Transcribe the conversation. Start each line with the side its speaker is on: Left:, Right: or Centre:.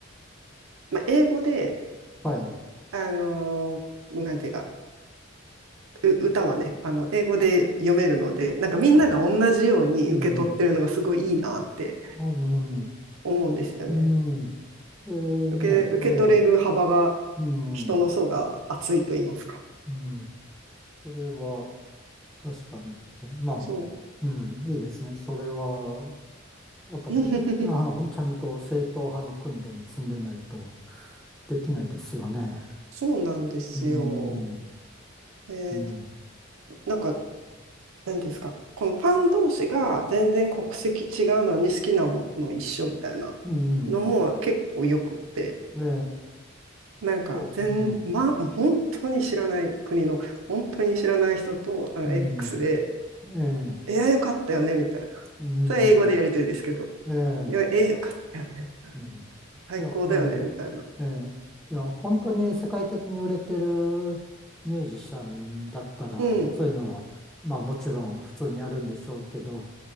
Right: まあ、英語で、
Centre: はい。
Right: あのーなんていうか、う歌はね、あの、英語で読めるので、なんかみんなが同じように受け取ってるのがすごいいいなって
Centre: うん。あうん。
Right: 思うんですよね。
Centre: うん。えーね、
Right: 受け、受け取れる幅が、
Centre: ええ。うん。
Right: 人の層が厚いと言いますか。
Centre: うん。それは、確かに、まあ、
Right: そ
Centre: うん、いいですね。それは、やっぱり、
Right: う。<laughs>
Centre: あの、ちゃんと正統派の訓練積んでないとできないですよね。
Right: そうなんですよ。
Centre: うん。
Right: で、
Centre: ね
Right: なんか、なんですか、このファン同士が全然国籍違うのに好きなもの一緒みたいなのも結構よくって、
Centre: うん、ええ、
Right: なんか全、
Centre: そう、うん、
Right: ま、本当に知らない国の、本当に知らない人と、なんか
Centre: うん、
Right: X で、
Centre: ええ、
Right: いや、よかったよね、みたいな。
Centre: うん、
Right: それは英語でやりとりですけど、
Centre: ええ、
Right: いや、え、よかったよね。
Centre: うん、
Right: 最高だよね、
Centre: そりゃ、
Right: みたいな。
Centre: ええ、ええ、いや、本当に世界的に売れてるミュージシャンだったら、
Right: うん、
Centre: そういうのは、まあもちろん普通にあるんでしょうけど、